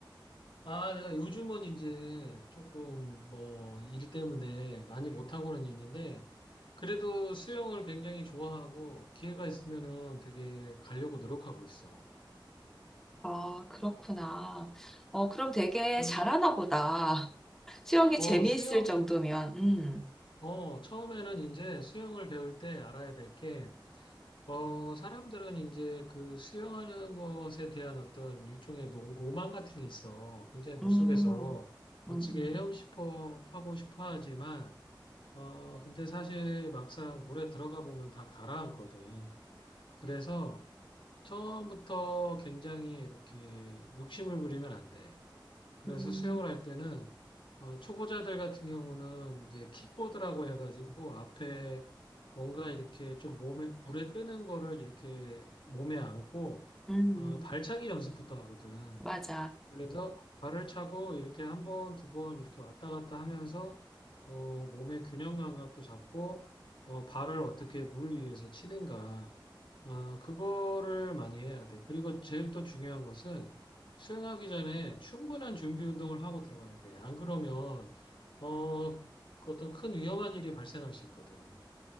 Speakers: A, on the left (about 90°); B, in the centre.
A: 아, 내가 요즘은 이제 조금 뭐 일 때문에 많이 못하고는 있는데, 그래도 수영을 굉장히 좋아하고, 기회가 있으면은 되게 가려고 노력하고 있어.
B: 아, 그렇구나. 어, 그럼 되게
A: 그,
B: 잘하나 보다. <laughs> 수영이
A: 어,
B: 재미있을
A: 수영에,
B: 정도면, 음,
A: 어, 처음에는 이제 수영을 배울 때 알아야 될 게, 어, 사람들은 이제 그 수영하는 것에 대한 어떤 일종의 노- 로망 같은 게 있어. 굉장히 물속에서
B: 음, 음,
A: 멋지게
B: 음,
A: 헤엄 싶어 하고 싶어 하지만, 어, 근데 사실 막상 물에 들어가 보면 다 가라앉거든. 그래서 처음부터 굉장히 이렇게 욕심을 부리면 안 돼. 그래서
B: 음,
A: 수영을 할 때는 어, 초보자들 같은 경우는 이제 킥보드라고 해가지고 앞에 뭔가 이렇게 좀 몸에 물에 뜨는 거를 이렇게 몸에 안고
B: 음,
A: 어, 발차기 연습부터 하거든.
B: 맞아.
A: 그래서 발을 차고 이렇게 한 번, 두 번 이렇게 왔다 갔다 하면서 어, 몸의 균형 감각도 잡고 어, 발을 어떻게 물 위에서 치는가 어, 그거를 많이 해야 돼. 그리고 제일 또 중요한 것은 수영하기 전에 충분한 준비 운동을 하고 들어가야 돼. 안 그러면 어, 그 어떤 큰 위험한 일이 발생할 수 있거든.